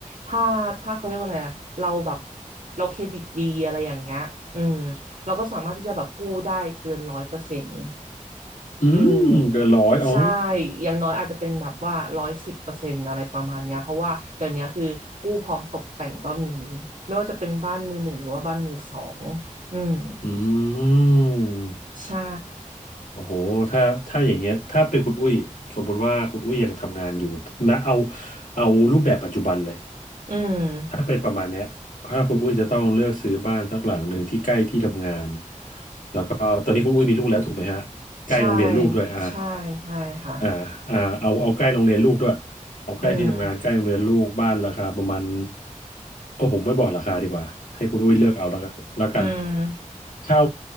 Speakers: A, on the right (about 80°); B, on the left (about 80°).
A: ถ้าถ้าเขาเรียกว่าอะไรอ่ะเราแบบเราเครดิตดีอะไรอย่างเงี้ยอืมเราก็สามารถที่จะแบบกู้ได้เกินร้อยเปอร์เซ็นต์
B: อืมเกินร้อยอ๋อ
A: อืมใช่อย่างน้อยอาจจะเป็นแบบว่าร้อยสิบเปอร์เซ็นต์อะไรประมาณเนี้ยเพราะว่าเดี๋ยวเนี้ยคือกู้พร้อมตกแต่งก็มีไม่ว่าจะเป็นบ้านมือหนึ่งหรือว่าบ้านมือสองอืม
B: อืม
A: ใช่
B: โอ้โหถ้าถ้าอย่างเงี้ยถ้าเป็นคุณอุ้ยสมมุติว่าคุณอุ้ยยังทำงานอยู่นะเอาเอารูปแบบปัจจุบันเลย
A: อืม
B: ถ้าเป็นประมาณเนี้ยถ้าคุณอุ้ยจะต้องเลือกซื้อบ้านสักหลังหนึ่งที่ใกล้ที่ทำงานก็ตอนนี้คุณอุ้ยมีลูกแล้วถูกไหมฮะใกล้โรงเรียนลูกด้วยอ่า
A: ใช่ใช่ใช่ค่ะ
B: อ่าอ่าเอาเอาใกล้โรงเรียนลูกด้วยเอาใกล้ที่ทำงานใกล้โรงเรียนลูกบ้านราคาประมาณ
A: อืม
B: โอ้ผมไม่บอกราคาดีกว่าให้คุณอุ้ยเลือกเอาแล้วกันแล้วกัน
A: อืม
B: เช่า